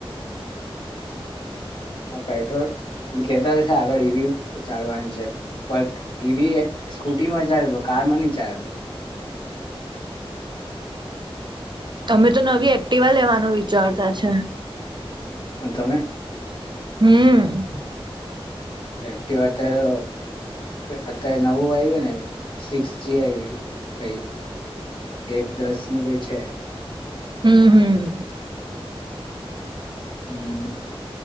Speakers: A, on the left (about 60°); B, on the right (about 50°).
A: આ પેટ્રોલ કેતાશે આગળ ઈવી ચાલવાની છે. પણ ઈવી એક સ્કૂટીમાં ચાલે કારમાં ની ચાલે.
B: તમે તો નવી એક્ટિવા લેવાનું વિચારતા છે.
A: કોણ તમે?
B: હમ્મ.
A: એક્ટિવા અત્યારે અ કઈ નવું આવ્યું ને સિક્સજી આઈવી કઈ એક દસ ની કઈ છે.
B: હમ્મ. હમ્મ.
A: હમ્મ.